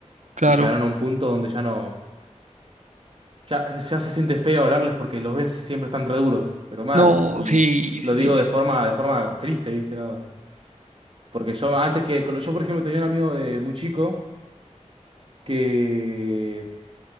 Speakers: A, on the right; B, on the right.
A: claro.
B: Y llegaron a un punto donde ya no. Ya, se ya se siente feo hablarles porque los ves siempre están re duros, pero mal.
A: No,
B: Y
A: sí,
B: lo
A: sí,
B: digo
A: sí.
B: de forma, de forma triste, ¿viste? ¿No? Porque yo antes que. cuando- Yo, por ejemplo, tenía un amigo de muy chico que.